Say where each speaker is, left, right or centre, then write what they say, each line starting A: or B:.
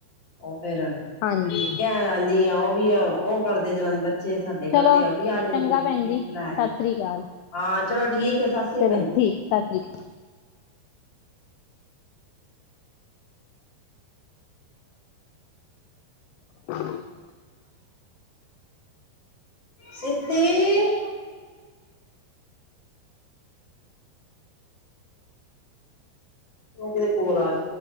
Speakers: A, on the left (about 30°); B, on the left (about 80°).
A: ਓ ਫੇਰ
B: ਹਾਂਜੀ।
A: ਕਹਿਣ ਆਨੀ ਆ ਉਹ ਵੀ ਉਹ ਕਰਦੇ ਜਿੰਨਾਂ ਦੇ ਬੱਚੇ। ਬੱਚੇ ਸਾਡੇ ਘਰਦੇ
B: ਚਲੋ
A: ਆ ਉਹ ਵੀ ਆ ਜਾਂਦੇ
B: ਚੰਗਾ ਭੈਣ
A: ਗਿਫਟ
B: ਜੀ
A: ਲੈਣ
B: ਸਤਿ ਸ਼ੀ ਅਕਾਲ।
A: ਹਾਂ ਚਲੋ ਠੀਕ ਐ ਸਤਿ ਸ਼ੀ
B: ਚਲੋ
A: ਭੈਣੀ ਜੀ ਸਾਸਰੀ।
B: ਸਤਿ ਠੀਕ। <inaudible>
A: ਸੱਤੀ <inaudible> ਹੁਣ ਕਿਦੀ ਕੋਲ ਆ ਗੀ।